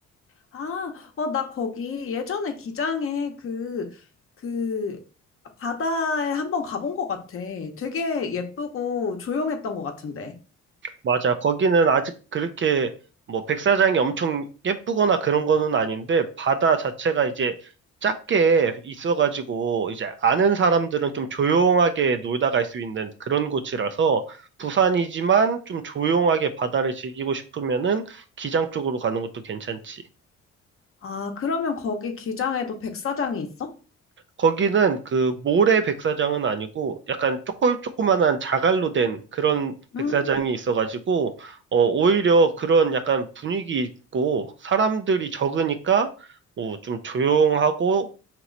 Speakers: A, on the left; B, on the right.
A: 아, 어, 나 거기 예전에 기장에 그, 그, 바다에 한번 가본 것 같아. 되게 예쁘고 조용했던 것 같은데.
B: 맞아. 거기는 아직 그렇게 뭐 백사장이 엄청 예쁘거나 그런 거는 아닌데 바다 자체가 이제 작게 있어가지고 이제 아는 사람들은 좀 조용하게 놀다 갈 수 있는 그런 곳이라서 부산이지만 좀 조용하게 바다를 즐기고 싶으면은 기장 쪽으로 가는 것도 괜찮지.
A: 아, 그러면 거기 기장에도 백사장이 있어?
B: 거기는 그 모래 백사장은 아니고 약간 조금 조그만한 자갈로 된 그런 백사장이
A: 음,
B: 있어가지고 어 오히려 그런 약간 분위기 있고 사람들이 적으니까 뭐 좀 조용하고